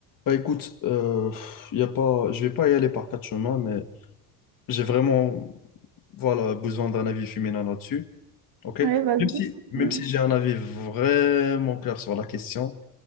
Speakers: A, on the left; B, on the right.
A: Bah écoute, euh, y a pas, je vais pas y aller par quatre chemins, mais j'ai vraiment voilà, besoin d'un avis féminin là-dessus. ok
B: Ouais, vas-y.
A: Même si, même
B: Mm.
A: si j'ai un avis vraiment clair sur la question,